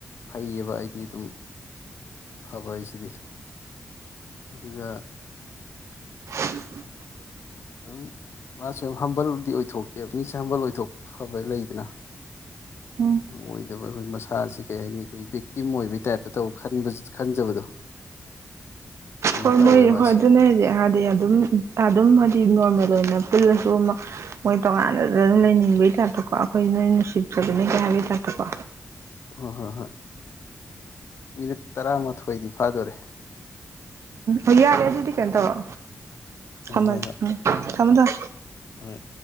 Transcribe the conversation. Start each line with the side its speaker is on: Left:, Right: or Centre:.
Left: ꯍꯩꯌꯦꯕ ꯑꯩꯗꯤ ꯑꯗꯨꯝ ꯐꯕꯣꯏ ꯁꯤꯗꯤ ꯑꯗꯨꯒ
Right: <unintelligible>
Left: ꯑꯗꯨꯝ ꯃꯥꯁꯨ ꯍꯝꯕꯜꯗꯤ ꯑꯣꯢꯊꯣꯛꯇꯦ ꯃꯤꯁꯦ ꯍꯝꯕꯜꯕꯨꯗꯤ ꯑꯣꯏꯊꯣꯛꯄ ꯐꯕ ꯂꯩꯗꯅ
Right: ꯎꯝ
Left: ꯑꯣꯏꯗꯕ ꯑꯈꯣꯏ ꯃꯁꯥꯁꯤ ꯀꯩ ꯍꯥꯏꯅꯤ ꯑꯈꯣꯏ ꯕꯦꯛꯇꯤꯝ ꯑꯣꯏꯕꯩ ꯇꯥꯏꯞꯇ ꯇꯧꯕ ꯈꯟꯖ ꯈꯟꯖꯕꯗꯣ ꯑꯗꯨ
Right: ꯍꯣꯏ
Left: ꯇꯧꯋꯦ
Right: ꯃꯣꯏ
Left: ꯃꯥꯁꯦ
Right: ꯍꯣꯏ ꯑꯗꯨꯅꯦ ꯍꯥꯏꯗꯤ ꯍꯥꯏꯗꯤ ꯑꯗꯨꯝ ꯑꯗꯨꯝ ꯁꯤ ꯅꯣꯔꯃꯦꯜ ꯑꯣꯏꯅ ꯄꯨꯜꯂꯁꯨ ꯑꯃ ꯃꯣꯏ ꯇꯣꯉꯥꯟꯅ ꯑꯗꯨꯝ ꯂꯩꯅꯤꯡꯕꯩ ꯇꯥꯏꯞꯇꯀꯣ ꯑꯈꯣꯏ ꯅꯣꯏ ꯅꯨꯡꯁꯤꯠꯇ꯭ꯔꯕꯅ ꯀꯩ ꯍꯥꯏꯕꯩ ꯇꯥꯏꯞꯇꯀꯣ
Left: ꯍꯣꯏ ꯍꯣꯏ ꯍꯣꯏ ꯃꯤꯅꯤꯠ ꯇꯔꯥꯃꯊꯣꯏꯗꯤ ꯐꯥꯗꯧꯔꯦ
Right: ꯎꯝ ꯌꯥꯔꯦ ꯑꯗꯨꯗꯤ ꯀꯩꯅꯣ ꯇꯧꯔꯣ
Left: ꯎꯝ
Right: ꯊꯝꯁꯤ
Left: ꯍꯣꯏ ꯍꯣꯏ
Right: ꯊꯝꯃꯣ ꯊꯝ
Left: ꯍꯣꯏ